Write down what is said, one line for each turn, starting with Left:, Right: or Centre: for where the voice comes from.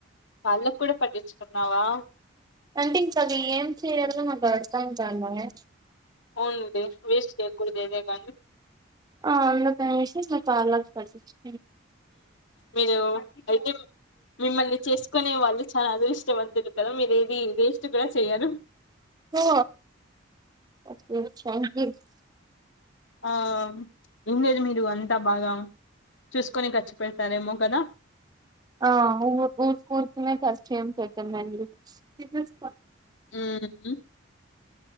Left: వాళ్ళు కూడా పట్టించుకున్నావా
Right: అంటే ఇంకా అది ఏం చేయదు నాకు అర్తంంటన్నానే
Left: అవును వే వేస్ట్ కాకూడదు ఏదైనా గాని
Right: ఆ అందుకనేసి కళ్లకు పట్టిన
Left: మీరు అయితే మిమ్మల్ని చేసుకునే వాళ్ళు చాలా అదృష్టవంతులు కాద మీరు ఏది వేస్ట్ కూడా చేయ్యరు
Right: ఓఓ ఒకే ట్యాంక్యూ
Left: ఆ ఏం లేదు మీరు అంతా బాగా చూసుకొని ఖర్చు పెడతారేమో కదా
Right: ఆ అవును చూస్ చూసుకునే ఖర్చు చేమ్ పెట్టాం మండి టిఫిన్స్
Left: మ్మ్